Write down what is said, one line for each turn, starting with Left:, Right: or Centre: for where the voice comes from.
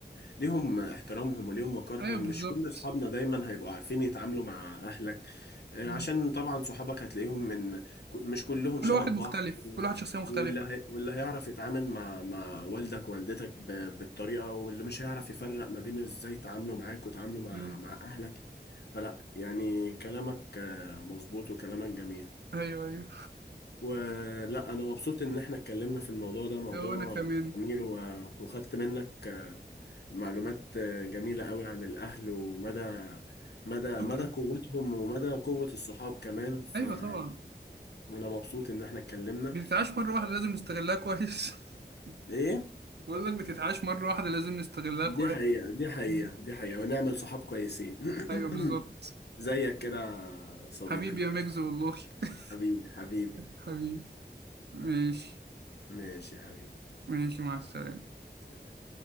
Left: ليهم احترامهم وليهم وقارهم
Right: ايوه بالظبط
Left: مش كل اصحابنا دايما هيبقوا عارفين يتعاملوا مع اهلك آه،
Right: مم.
Left: عشان طبعا صحابك هتلاقيهم من ك- مش كلهم شبه
Right: كل واحد
Left: بعض
Right: مختلف كل واحد شخصيه مختلفه
Left: واللي هي واللي هيعرف يتعامل مع مع والدك ووالدتك ب- بالطريقة واللي مش هيعرف يفرق ما بين ازاي تعاملوا معاك وتعاملوا مع
Right: امم
Left: مع اهلك فلا يعني كلامك آه، مظبوط وكلامك جميل
Right: ايوه ايوه
Left: ولا انا مبسوط ان احنا اتكلمنا في الموضوع ده موضوع
Right: او انا كمان
Left: جميل و- وخدت منك آه، معلومات آه، جميلة قوي عن الاهل ومدى مدى
Right: شكرا
Left: مدى قوتهم ومدى قوة الصحاب كمان فانا
Right: ايوه طبعا
Left: مبسوط ان احنا اتكلمنا
Right: بتتعاش مره واحده لازم نستغلها كويس <laughs>
Left: وايه
Right: بقول لك بتتعاش مره واحده لازم نستغلها
Left: دي
Right: كويس
Left: حقيقة دي حقيقة
Right: مم.
Left: دي حقيقة ونعمل صحاب كويسين
Right: ايوه
Left: <coughs>
Right: بالظبط
Left: <clears throat> زيك كده يا صديقي
Right: حبيبي يا ميجز والله <laughs>
Left: حبيبي حبيبي
Right: حبيبي ماشي
Left: ماشي يا حبيبي
Right: ماشي مع السلامة
Left: سلام.